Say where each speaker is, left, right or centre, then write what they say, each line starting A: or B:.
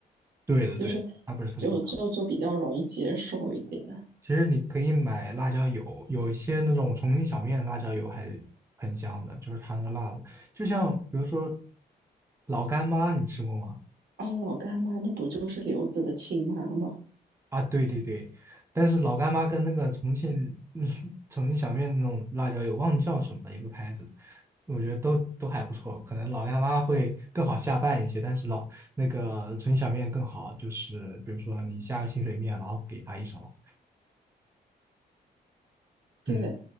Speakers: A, on the right; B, on the right.
A: 对的，
B: 就是
A: 对的，它不是特别辣。
B: 就就就比较容易接受一点。
A: 其实你可以买辣椒油，有一些那种重庆小面的辣椒油还很香的，就是它那个辣子，就像比如说老干妈，你吃过吗？
B: 啊，老干妈那不就是刘子的亲妈吗？
A: 啊，对对对，但是老干妈跟那个重庆嗯 <laughs> 重庆小面那种辣椒油，忘记叫什么了，有个牌子，我觉得都都还不错。可能老干妈会更好下饭一些，但是老那个重庆小面更好，就是比如说你下个清水面，然后给他一勺。
B: 对，
A: 嗯